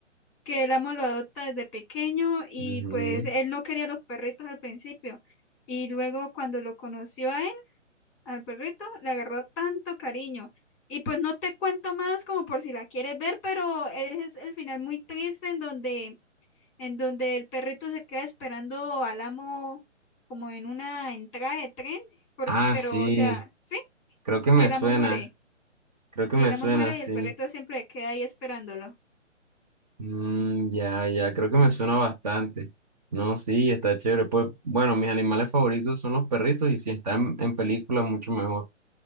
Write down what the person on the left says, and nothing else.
que el amo lo adopta desde pequeño y
pues él no quería los perritos al principio. Y luego cuando lo conoció a él, al perrito, le agarró tanto cariño. Y pues no te cuento más como por si la quieres ver, pero ese es el final muy triste en donde, en donde el perrito se queda esperando al amo como en una entrada de tren, por-
pero
o sea, sí,
que el
amo muere.
El
amo muere
y el perrito siempre queda ahí esperándolo.